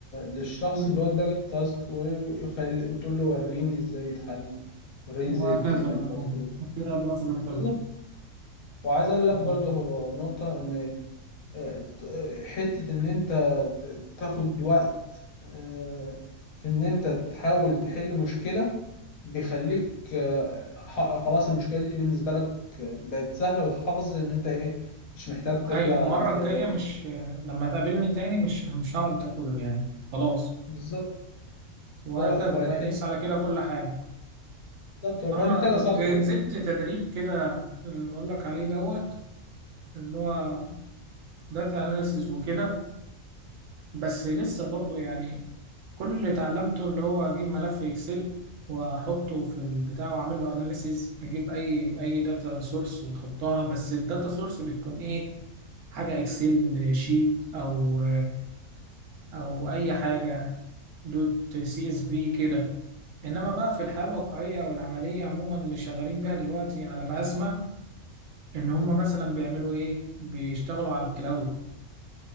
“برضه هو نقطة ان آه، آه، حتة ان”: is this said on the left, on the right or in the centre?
Left